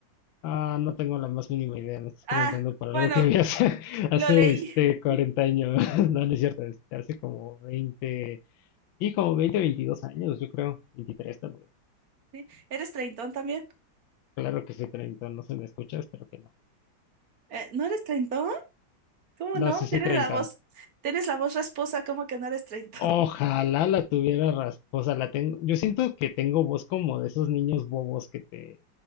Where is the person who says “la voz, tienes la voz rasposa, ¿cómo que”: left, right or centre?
Right